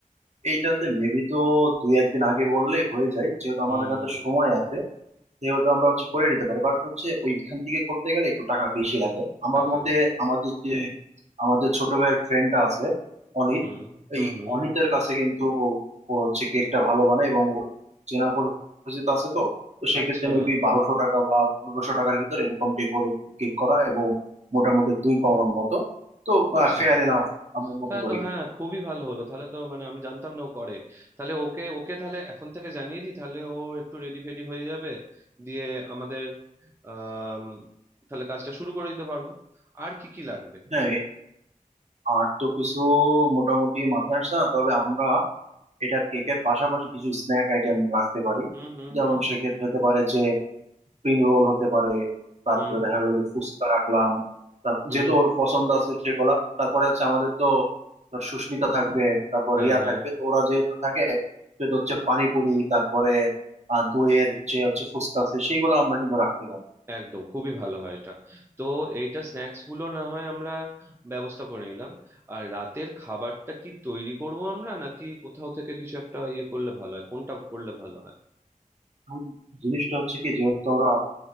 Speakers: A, on the right; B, on the right.
A: এইটাতে মেবি তো দুই একদিন আগে বললে হয়ে যায় যেহেতু
B: হুম
A: আমাদের হাতে সময় আছে যেহেতু আমরা হচ্ছে করে নিতে পারি বাট হচ্ছে ওইখান থেকে করতে গেলে একটু টাকা বেশি লাগে আমার
B: টাকা
A: মতে আমাদের যে আমাদের ছোট ভাইয়ের ফ্রেন্ডটা আছে অনিত
B: হুম হুম
A: এই
B: হুম
A: অনিতের কাছে কিন্তু ও হচ্ছে কেকটা ভালো বানায় এবং ওর চেনা পরিচিত আছে তো তো সেক্ষেত্রে
B: আচ্ছা
A: মেবি বারোশো টাকা বা পনেরোশো টাকার ভিতরে এরকম ডেকোরেট কেক করা এবং মোটামুটি দুই পাউন্ড মতো তো
B: আচ্ছা
A: ফেয়ার এনাফ আমি মনে
B: তাহলে
A: করি
B: তো হ্যাঁ খুবই ভালো হলো তাহলে তো মানে আমি জানতাম না ও করে তাহলে ওকে ওকে তাহলে এখন থেকে জানিয়ে দিই তাহলে ও একটু রেডি ফেডি হয়ে যাবে দিয়ে আমাদের আহ তাহলে কাজটা শুরু করে দিতে পারবো আর কি কি লাগবে
A: হ্যাঁ আর তো কিছু মোটামুটি মাথায় আসছে না তবে আমরা এটার কেকের পাশাপাশি কিছু স্ন্যাক আইটেম রাখতে পারি
B: হুম হুম
A: যেমন
B: হুম
A: সেক্ষেত্রে হতে পারে যে স্প্রিং রোল হতে পারে তারপরে
B: হুম
A: দেখা গেলো যে ফুচকা রাখলাম তারপর
B: হুম
A: যেহেতু ওর পছন্দ আছে সেগুলা তারপরে হচ্ছে আমাদের তো ধর সুস্মিতা থাকবে তারপর
B: হ্যাঁ
A: রিয়া
B: হ্যাঁ
A: থাকবে তো ওরা যেহেতু থাকে সেহেতু হচ্ছে পানিপুরি তারপরে আহ, দইয়ের যে হচ্ছে ফুচকা আছে সেইগুলো আমরা কিন্তু রাখতে পারি
B: একদম খুবই ভালো হয় এটা তো এইটা স্ন্যাক্স গুলো না হয় আমরা ব্যবস্থা করে নিলাম আর রাতের খাবারটা কি তৈরি করব আমরা নাকি কোথাও থেকে কিছু একটা ইয়ে করলে ভালো হয় কোনটা করলে ভালো হয়
A: এখন জিনিসটা হচ্ছে কি যেহেতু আমরা